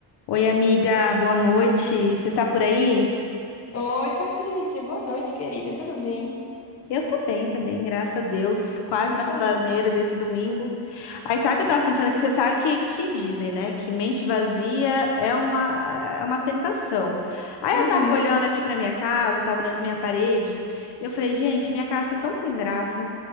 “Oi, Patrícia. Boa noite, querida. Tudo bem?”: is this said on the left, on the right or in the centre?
Left